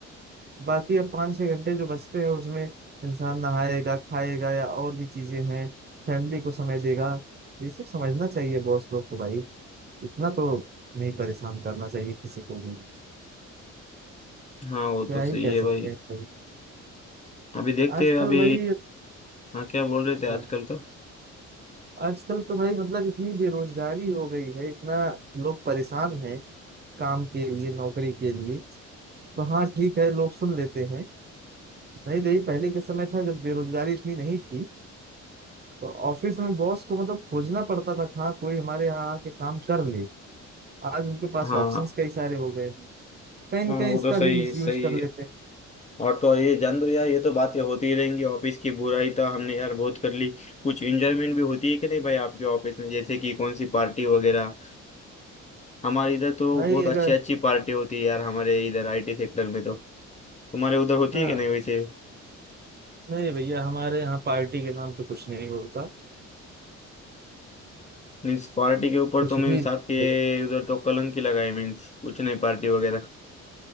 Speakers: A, on the right; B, on the left.
A: बाकी अब पाँच छः घंटे जो बचते हैं उसमें इंसान नहाएगा खाएगा या और भी चीजें हैं फैमिली को समय देगा ये सब समझना चाहिए बॉस लोग को भाई इतना तो नहीं परेशान करना चाहिए किसी को भी
B: हाँ वो
A: क्या
B: तो सही
A: ही कह
B: है भाई
A: सकते हैं भाई
B: अभी देखते
A: आजकल
B: हैं अभी
A: भाई
B: हाँ क्या बोल रहे थे
A: हाँ,
B: आजकल का
A: आजकल तो भाई मतलब इतनी बेरोजगारी हो गई है इतना लोग परेशान हैं काम के लिए नौकरी के लिए तो हाँ ठीक है लोग सुन लेते हैं नहीं तो ये पहले के समय था जब बेरोजगारी इतनी नहीं थी तो ऑफिस में बॉस को मतलब खोजना पड़ता था कहाँ कोई हमारे यहाँ आके काम कर ले आज उनके पास
B: हाँ
A: ऑप्शंस कई सारे हो गए हैं कहीं ना
B: हाँ
A: कहीं
B: वो
A: इसका
B: तो सही
A: भी मिसयूज
B: सही
A: कर
B: है।
A: लेते हैं
B: और तो ये जान दो यार ये तो बातें होती ही रहेंगी ऑफिस की बुराई तो हमने यार बहुत कर ली कुछ एंजॉयमेंट भी होती है कि नहीं भाई आपके ऑफिस में जैसे कि कौन सी पार्टी वगैरह हमारे इधर तो
A: भाई
B: बहुत
A: अगर
B: अच्छी अच्छी पार्टी होती है यार हमारे इधर आईटी सेक्टर में तो तुम्हारे उधर होती
A: हाँ
B: है कि नहीं वैसे
A: नहीं भैया हमारे यहाँ पार्टी के नाम पे कुछ नहीं होता
B: मीन्स पार्टी के ऊपर
A: कुछ
B: तो मीन्स
A: भी नहीं।
B: आपके उधर तो कलंक ही लगाए मीन्स कुछ नहीं पार्टी वगैरह